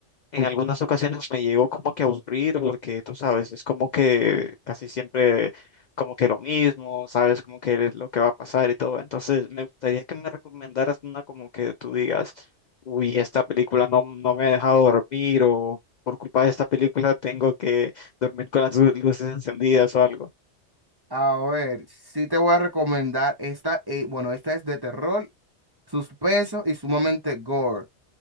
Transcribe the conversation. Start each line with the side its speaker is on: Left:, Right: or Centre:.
Left: en algunas ocasiones me llegó como que a aburrir porque tú sabes, es como que casi siempre como que lo mismo, sabes como que es lo que va a pasar y todo. Entonces me gustaría que me recomendaras una como que tú digas, uy, esta película no, no me ha dejado dormir o por culpa de esta película tengo que dormir con las lu- luces encendidas o algo.
Right: A ver, sí te voy a recomendar esta, eh, bueno, esta es de terror, suspenso y sumamente gore.